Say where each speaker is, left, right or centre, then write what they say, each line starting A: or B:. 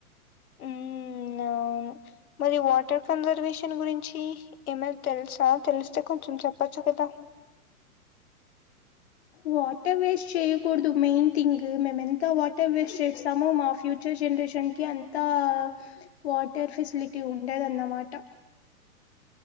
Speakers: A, on the left; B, on the left.
A: ఉమ్ అవును మరి వాటర్ కన్జర్వేషన్ గురించి ఏమైన్ తెలుసా తెలిస్తే కొంచెం చెప్పచ్చు కదా
B: వాటర్ వేస్ట్ చేయకూడదు మెయిన్ థింగ్ మేము ఎంత వాటర్ వేస్ట్ చేస్తామో మా ఫ్యూ ఫ్యూచర్ జనరేషన్ కి అంతా వాటర్ ఫెసిలిటీ ఉండదన్నమాట